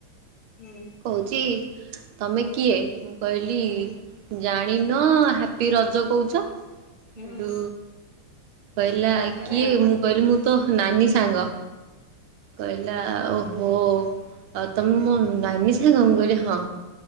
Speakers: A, on the left; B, on the right.
A: ହୁଁ
B: କଉଛି ତମେ କିଏ ମୁଁ କହିଲି
A: ହୁଁ
B: ଜାଣିନ ହାପି ରଜ କହୁଛ
A: ହୁଁ
B: ଠୁ କହିଲା
A: ତାପରେ
B: କିଏ ମୁଁ କହିଲି ମୁଁ ତ ହଁ ନାନୀ ସାଙ୍ଗ କହିଲା ଓହୋ ଆଉ ତମେ ମୋ ନାନି ସାଙ୍ଗ ମୁଁ କହିଲି ହଁ